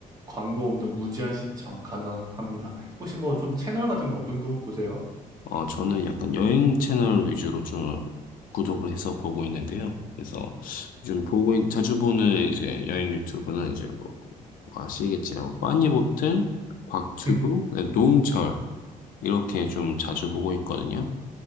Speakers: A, on the right; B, on the left.
A: 광고 없는 무제한 시청 가능합니다. 혹시 뭐 좀 채널 같은 건 어떤 거 보세요?
B: 어, 저는 약간 여행 채널 위주로 좀 구독을 해서 보고 있는데요. 그래서 요즘 보고, 있- 자주 보는 이제 여행 유튜브는 이제 뭐, 뭐 아시겠지만, 뭐 빠니보틀, 곽튜브,
A: <laughs>
B: 네, 노홍철, 이렇게 좀 자주 보고 있거든요.